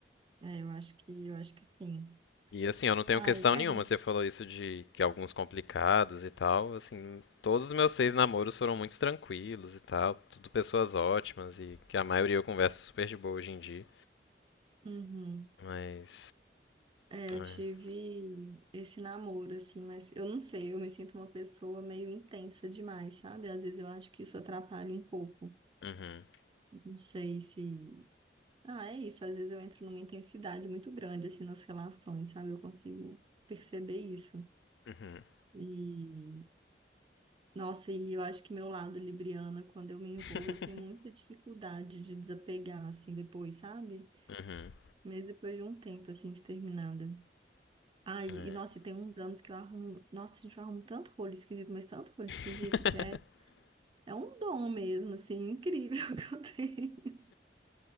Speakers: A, on the right (about 30°); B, on the left (about 75°).
A: é, eu acho que eu acho que sim.
B: E assim, eu não tenho
A: Ai,
B: questão
A: é.
B: nenhuma. Você falou isso de que alguns complicados e tal. Assim, todos os meus seis namoros foram muito tranquilos e tal. Tudo pessoas ótimas e que a maioria eu converso super de boa hoje em dia.
A: Uhum.
B: Mas.
A: É,
B: É.
A: eu tive esse namoro, assim, mas eu não sei, eu me sinto uma pessoa meio intensa demais, sabe? Às vezes eu acho que isso atrapalha um pouco.
B: Uhum.
A: Não sei se. Ah, é isso. Às vezes eu entro numa intensidade muito grande, assim, nas relações, sabe? Eu consigo perceber isso.
B: Uhum.
A: E Nossa, e eu acho que meu lado libriana, quando eu me envolvo,
B: <laughs>
A: eu tenho muita dificuldade de desapegar, assim, depois, sabe?
B: Uhum.
A: Mesmo depois de um tempo, assim, de terminada. Ai,
B: É.
A: e nossa, e tem uns anos que eu arrumo. Nossa, a gente arruma tanto rolo esquisito, mas tanto rolo
B: <laughs>
A: esquisito que é, é um dom mesmo, assim, incrível <laughs> que eu tenho.